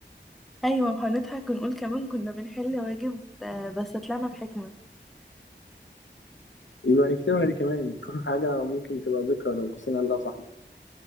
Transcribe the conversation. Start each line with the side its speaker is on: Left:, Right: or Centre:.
Centre: ايوه وهنضحك ونقول كمان كنا بنحل واجب آه، بس طلعنا بحكمه
Left: يبقى نكتبها دي كمان كل حاجة ممكن تبقى ذكرى لو بصينا لها صح